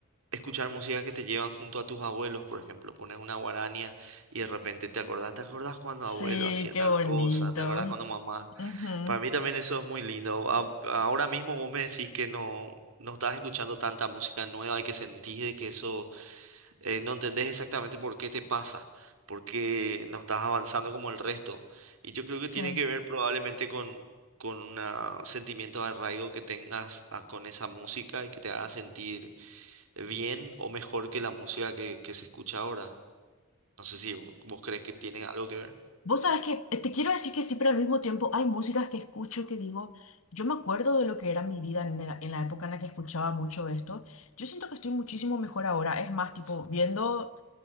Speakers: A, on the right; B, on the left.
A: escuchar música que te llevan junto a tus abuelos, por ejemplo. Pones una guarania y de repente te acordás, ¿te acordás cuando
B: sí,
A: abuelo hacía
B: qué
A: tal
B: bonito.
A: cosa? ¿Te acordás cuando mamá?
B: Ujú,
A: Para mí también eso es muy lindo. A- Ahora mismo vos me decís que no, no estás escuchando tanta música nueva y que sentís de que eso eh, no entendés exactamente por qué te pasa, por qué no estás avanzando como el resto. Y yo creo que
B: Sí.
A: tiene que ver probablemente con, con una- un sentimiento de arraigo que tengas a- con esa música y que te haga sentir bien o mejor que la música que, que se escucha ahora. No sé si vos, vos crees que tiene algo que ver.
B: Vos sabés que eh, te quiero decir que sí, pero al mismo tiempo hay músicas que escucho que digo, yo me acuerdo de lo que era mi vida en la, en la época en la que escuchaba mucho esto. Yo siento que estoy muchísimo mejor ahora. Es más, tipo, viendo,